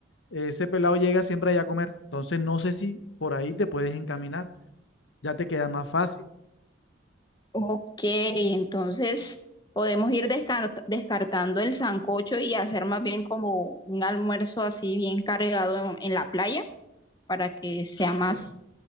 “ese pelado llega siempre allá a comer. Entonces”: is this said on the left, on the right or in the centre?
Left